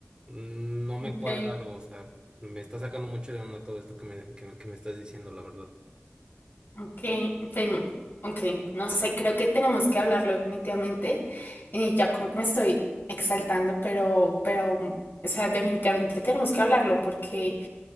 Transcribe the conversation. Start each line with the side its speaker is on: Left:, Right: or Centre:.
Right: no me
Left: Ok.
Right: cuadra algo, o sea, me está sacando mucho de onda todo esto que me, que, que me estás diciendo, la verdad.
Left: Ok, bueno, ok, no sé, creo que tenemos que hablarlo definitivamente. Eh, ya como que me estoy exaltando, pero, pero, o sea, definitivamente tenemos que hablarlo porque